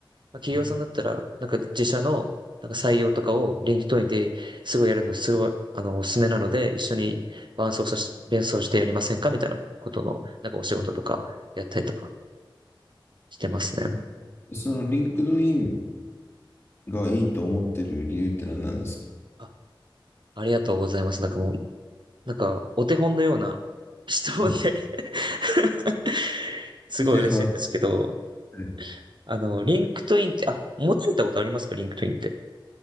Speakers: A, on the right; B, on the left.
A: まあ、企業さんだったら、
B: うん
A: なんか自社のなんか採用とかを LinkedIn ですごいやるのすごい、あの、おすすめなので、一緒に伴奏さし、伴奏してやりませんかみたいなことの、なんかお仕事とかやったりとか
B: うん
A: してますね。
B: うんその、リンクドインがいいと思ってる理由って何なんですか
A: あ、ありがとうございます。なんかもう、なんかお手本のような <laughs> 質問で
B: はい。
A: <laughs> すごい嬉しいんですけど、
B: になります。はい
A: あの、LinkedIn って、あ、持ってたことありますか ?LinkedIn って。